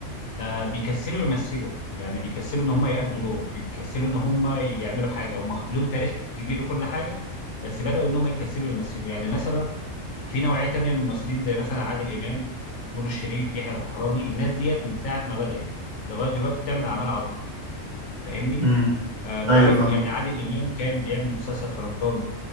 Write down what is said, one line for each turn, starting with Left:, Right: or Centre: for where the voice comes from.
Left: آه، بيكسلوا يمثلوا يعني بيكسلوا ان هم يأدوا دور بيكسلوا ان هم يعملوا حاجه هم لهم تاريخ كبير وكل حاجه بس بداوا ان هم يكسلوا يمثلوا يعني مثلا في نوعيه تانيه من الممثلين زي مثلا عادل امام نور الشريف يحيى الفخراني الناس ديت من ساعه ما بدات لغايه دلوقتي بتعمل اعمال عظيمه فاهمني
Right: امم
Left: آه، لغايه
Right: ايوه فاهمه
Left: يعني عادل امام كان بيعمل مسلسل في رمضان